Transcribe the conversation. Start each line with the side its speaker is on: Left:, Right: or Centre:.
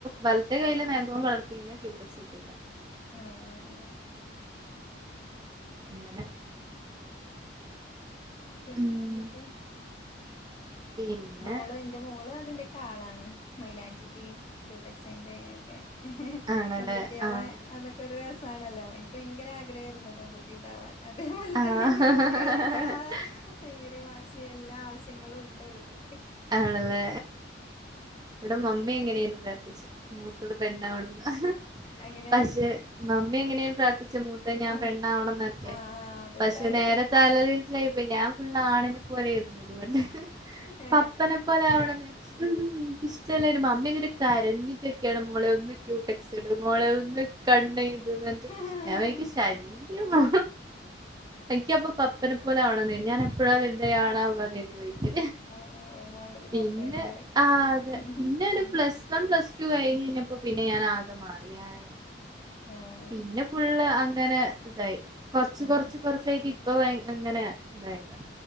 Right: വൽത്തെ കയ്യില് നെഖവും വളർത്തിയില്ല ക്യൂട്ടക്സൂട്ടില്ല
Left: ആഹ് ആഹ് ആഹ്
Right: അങ്ങനെ
Left: പിന്നെന്തൊക്കെ
Right: ഉം പിന്നെ
Left: മോള് ന്റെ മോള് അതിന്റെക്കാളാണ്. മൈലാഞ്ചിന്റിം ക്യൂടെക്സിന്റെ ഒക്കെ
Right: ആണല്ലേ
Left: പെൺകുട്ട്യാളെ
Right: ആഹ്
Left: അതൊക്കെ ഒരു രസാണല്ലോ. എനിക്ക് ഭയങ്കര ആഗ്രഹേര്ന്നു പെൺകുട്ടി ണ്ടാവാൻ അതേപോലെ
Right: ആഹ്
Left: തന്നെ പെൺകുട്ടികളെല്ലാ റി മാശിയ എല്ലാ ആവശ്യങ്ങളുണ്ടോൾക്ക്
Right: ആണല്ലേ ഇവിടെ മമ്മി അങ്ങനേന്നു പ്രാർത്ഥിച്ചേ. മൂത്തത് പെണ്ണാകണന്ന്
Left: അങ്ങനെ
Right: പക്ഷേ മമ്മി അങ്ങനെയ പ്രാർത്ഥിച്ച മൂത്ത ഞാൻ
Left: ആഹ്
Right: പെണ്ണാവണംന്നറ്റേ
Left: ആഹ് ആഹ് അതുപോലെ
Right: പക്ഷെ
Left: ആയല്ലോ
Right: നേരെ തലതിരിച്ചായിപോയി, ഞാൻ ഫുള്ള് ആണിനെ പോലെരുന്നു പോലും പണ്ട്
Left: ഹ
Right: പപ്പനെ പോലെ ആവണംന്നേനി. ഉം ക്കിഷ്ട്ടല്ലെന്നു മമ്മി എന്നെട് കരഞ്ഞിട്ടൊക്കേണ് മോളെ ഒന്ന് ക്യൂട്ടെ സുടു മോള് ഒന്ന് കണ്ണെഴുതും ന്നിട്ട്
Left: ആഹ്
Right: ഞാൻ വിചാക്കും ശല്യമാ എനിക്കപ്പൊ പപ്പനെ പോലെ ആവണം ഞാൻ എപ്പോഴാ വരുന്നേ ആണാ ആവാ പറഞ്ഞിരിക്കെ
Left: ആഹ്
Right: പിന്നെ
Left: പപ്പയാണല്ലേ
Right: ആ അതെ
Left: ഉം
Right: പിന്നൊരു പ്ലസ് വൺ പ്ലസ് ടു കഴിഞ്ഞ് കഴിഞ്ഞപ്പോ പിന്നെ ഞാൻ ആകെ മാറി. ഞാൻ
Left: ആഹ്
Right: പിന്നെ ഫുള്ള് അങ്ങനെ ഇതായി കൊർച്ച്
Left: ആഹ്
Right: കൊർച്ച് കൊർച്ചായിട്ട് ഇപ്പ വൈ അങ്ങനെ ഇതായ്താ